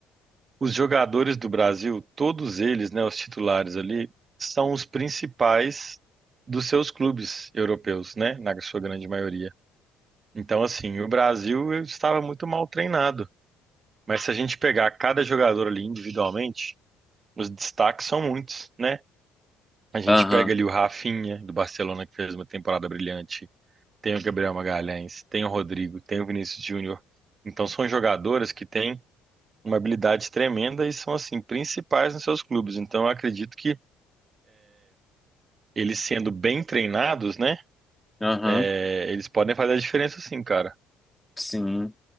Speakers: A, on the right; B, in the centre.
A: Os jogadores do Brasil, todos eles, né, os titulares ali, são os principais dos seus clubes europeus, né, na sua grande maioria. Então, assim, o Brasil estava muito mal treinado. Mas se a gente pegar cada jogador ali individualmente, os destaques são muitos, né? A gente
B: Aham.
A: pega ali o Rafinha, do Barcelona, que fez uma temporada brilhante. Tem o Gabriel Magalhães, tem o Rodrigo, tem o Vinícius Júnior. Então, são jogadores que têm uma habilidade tremenda e são assim principais nos seus clubes. Então eu acredito que eles sendo bem treinados, né,
B: Aham.
A: é, eles podem fazer a diferença sim, cara.
B: Sim.